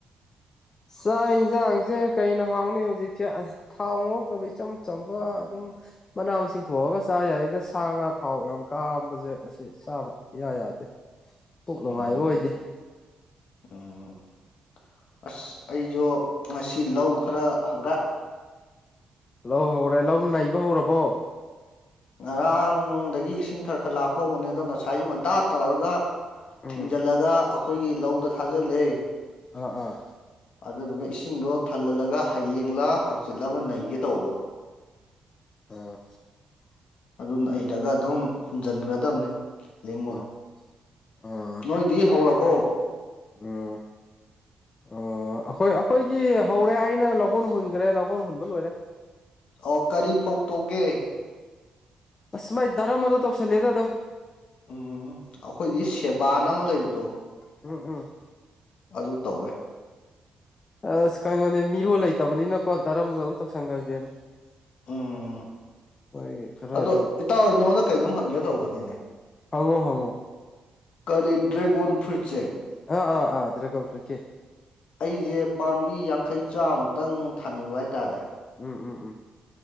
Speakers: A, on the left; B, on the left.
A: ꯆꯥꯛ ꯏꯟꯖꯥꯡꯁꯦ ꯀꯩꯅ ꯍꯥꯎꯅꯤ ꯍꯧꯖꯤꯛꯁꯦ ꯊꯥꯎ ꯉꯧꯗꯕ ꯏꯆꯝ ꯆꯝꯕ ꯑꯗꯨꯝ ꯃꯅꯥ ꯃꯁꯤꯡ ꯊꯣꯡꯉꯒ ꯆꯥ ꯌꯥꯏꯗ ꯁꯥ ꯉꯥ ꯊꯥꯎ ꯌꯥꯝ ꯀꯔꯥꯝꯕꯁꯦ ꯃꯁꯤ ꯁꯦ ꯆꯥꯕ ꯏꯌꯥ ꯌꯥꯗꯦ ꯄꯨꯛ ꯅꯨꯡꯉꯥꯏꯕ
B: ꯎꯝ
A: ꯑꯣꯏꯗꯦ꯫
B: ꯎꯝ꯫ ꯑꯁ ꯑꯩꯁꯨ ꯉꯁꯤ ꯂꯧ ꯈꯔ ꯍꯧꯔꯦ꯫
A: ꯂꯧ ꯍꯧꯔꯦ ꯂꯧ ꯅꯩꯕ ꯍꯧꯔꯕꯣ꯫
B: ꯉꯔꯥꯡꯗꯒꯤ ꯏꯁꯤꯡ ꯈꯔ ꯈꯔ ꯂꯥꯛꯄ ꯍꯧꯕꯅꯦ ꯑꯗꯣ ꯉꯁꯥꯏ ꯑꯌꯨꯛ ꯉꯟꯇꯥ ꯇꯧꯔꯒ
A: ꯑꯥ
B: ꯊꯤꯡꯖꯜꯂꯒ ꯑꯩꯈꯣꯏꯒꯤ ꯂꯧꯗ ꯊꯥꯖꯜꯂꯦ꯫
A: ꯑꯥ ꯑꯥ꯫
B: ꯑꯗꯨꯗꯨꯒ ꯏꯁꯤꯡꯗꯣ ꯊꯜꯍꯜꯂꯒ ꯍꯌꯦꯡꯂꯥ ꯍꯥꯡꯆꯤꯠꯂ ꯑꯃ ꯅꯩꯒꯦ ꯇꯧꯕ꯫
A: ꯑꯥ
B: ꯑꯗꯨ ꯅꯩꯔꯒ ꯑꯗꯨꯝ ꯍꯨꯟꯖꯟꯒ꯭ꯔꯗꯕꯅꯦ ꯂꯤꯡꯉꯣꯏ
A: ꯑꯥ ꯑꯥ
B: ꯅꯣꯏꯗꯤ ꯍꯧꯔꯕꯣ꯫
A: ꯎꯝ꯫ ꯑꯣ ꯑꯩꯈꯣꯏ ꯑꯩꯈꯣꯏꯒꯤ ꯍꯧꯔꯦ ꯑꯩꯅ ꯂꯧꯍꯣꯟ ꯍꯨꯟꯒ꯭ꯔꯦ ꯂꯧꯍꯣꯟ ꯍꯨꯟꯕ ꯂꯣꯏꯔꯦ꯫
B: ꯑꯣ ꯀꯔꯤ ꯐꯧ ꯇꯧꯒꯦ꯫
A: ꯑꯁ ꯃꯥꯏ ꯗꯔꯝ ꯑꯗꯣ ꯇꯧꯁꯜꯂꯦꯗ ꯑꯗꯨꯝ꯫
B: ꯎꯝ ꯑꯩꯈꯣꯏꯗꯤ ꯁꯦꯕꯥꯅ ꯑꯃ ꯂꯩꯕꯗꯣ꯫
A: ꯎꯝ ꯎꯝ꯫
B: ꯑꯗꯨ ꯇꯧꯋꯦ꯫
A: ꯑꯁ ꯀꯩꯅꯣꯅꯦ ꯃꯤꯔꯣꯜ ꯂꯩꯇꯕꯅꯤꯅꯀꯣ ꯗꯔꯝꯗꯣ ꯑꯗꯨꯝ ꯇꯧꯁꯟꯈ꯭ꯔꯁꯦꯅ <inaudible>
B: ꯎꯝ
A: ꯃꯣꯏꯒꯤ ꯈꯔ
B: ꯑꯗꯣ
A: ꯑꯗꯨꯝ
B: ꯏꯇꯥꯎ ꯑꯩ ꯅꯉꯣꯟꯗ ꯀꯩꯅꯣꯝ ꯍꯪꯒꯦ ꯇꯧꯕꯅꯤꯅꯦ꯫
A: ꯍꯪꯉꯣ ꯍꯪꯉꯣ
B: ꯀꯔꯤ ꯗ꯭ꯔꯦꯒꯣꯟ ꯐ꯭ꯔꯨꯏꯠꯁꯦ
A: ꯑꯥ ꯑꯥ ꯑꯥ ꯗ꯭ꯔꯒꯝ ꯐꯨꯔꯤꯠ ꯀꯤ
B: ꯑꯩꯁꯦ ꯄꯥꯝꯕꯤ ꯌꯥꯡꯈꯩ ꯆꯥꯃꯨꯛꯇꯪ ꯊꯥꯅꯤꯡꯕ ꯍꯥꯏꯇꯥꯔꯦ
A: ꯎꯝ ꯎꯃ ꯎꯝ